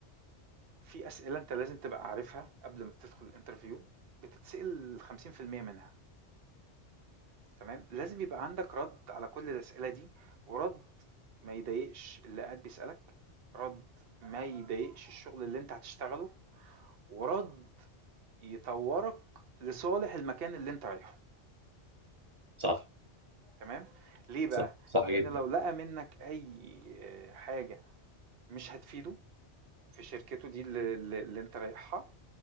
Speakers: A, on the right; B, on the right.
A: في أسئلة أنت لازم تبقى عارفها قبل ما تدخل الانترفيو بتتسأل 50% منها تمام لازم يبقى عندك رد على كل الأسئلة دي ورد ما يضايقش اللي قاعد بيسألك رد ما يضايقش الشغل اللي انت هتشتغله ورد يطورك لصالح المكان اللي انت رايحه
B: صح
A: تمام ليه بقى
B: صح صح جدا
A: لأن لو لقى منك أي آه، حاجة مش هتفيده في شركته دي اللي, اللي اللي انت رايحها